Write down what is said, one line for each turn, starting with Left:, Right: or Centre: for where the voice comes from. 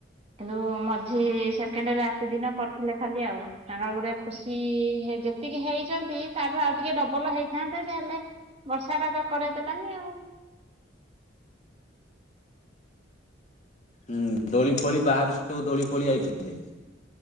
Right: କିନ୍ତୁ ମଝି ସେକେଣ୍ଡ୍ ରାତି ଦିନ କରିଥିଲେ ଖାଲି ଆଉ। ତାଙ୍କର ଗୋଟେ ଖୁସି ହେ ଯେତିକି ହେଇଛନ୍ତି ତାଠୁ ଆଉ ଟିକେ ଡବଲ ହେଇଥାନ୍ତେ ଯେ ହେଲେ ବର୍ଷା ଟା ତ କରେଇଦେଲାନି ଆଉ।
Left: ହୁଁ ଦୋଳି ଫୋଳି ବାହାରୁ ସବୁ ଦୋଳି ଫୋଳି ଆଇଥିଲେ।